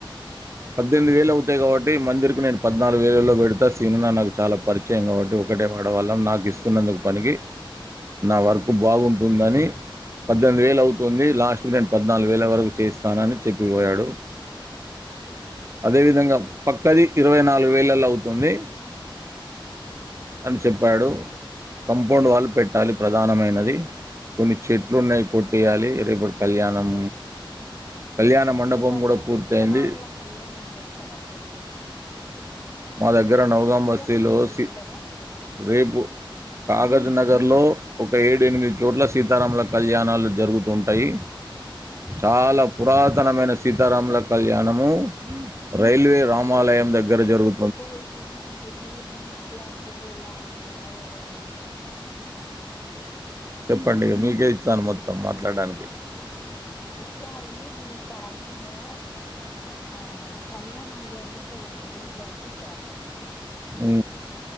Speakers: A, on the right; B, on the left.
A: పద్దెనిమిది వేలు అవుతాయ్ కావట్టి మందిర్కు నేను పద్నాలుగు వేలల్లో గెడుతా సీనునా నాకు చాలా పరిచయం కావట్టి ఒకటే వాడవాల్లం నాకి. తున్నందుకు పనికి నా వర్క్ బాగుంటుందని పద్దెనిమిది వేలవుతుంది లాస్ట్కి నేను పద్నాలుగు వేల వరకు చేయిస్తానని చెప్పిపోయాడు. దేవిధంగా పక్కది ఇరవై నాలుగు వేలల్లవుతుంది. మ్ చెప్పాడు. కంపౌండ్ వాల్ పెట్టాలి ప్రధానమైనది కొన్ని చెట్లు ఉన్నయి కొట్టేయాలి రేపటి కళ్యాణం కళ్యాణ మండపం
B: రేపు అక్కడ
A: కూడా పూర్తయింది
B: సీతారాముల కళ్యాణం చెత్తరా అండి
A: మా దగ్గర
B: రేపు
A: నవగాం
B: సీతారాములు
A: బస్తీలో
B: చేస్తారా
A: సి రేపు కాగజ్ నగర్లో ఒక ఏడు ఎనిమిది చోట్ల సీతారాముల కళ్యాణాలు జరుగుతుంటయి చాలా పురాతనమైన
B: మరి ఈసా
A: సీతారాముల కళ్యాణము రైల్వే రామాలయం దగ్గర జరుగు
B: పోయి వినండి మీరే మాట్లాడుతే ఎలా అండి మాయి కూడా వినాలే కండి
A: చెప్పండి ఇగా మీకే ఇచ్చాను మొత్తం మాట్లాడడానికి
B: ఈసారి మీ కాల్నిలో ఆ కళ్యాణం జరుగుతది కదండి ప్రతిసారి
A: ఉ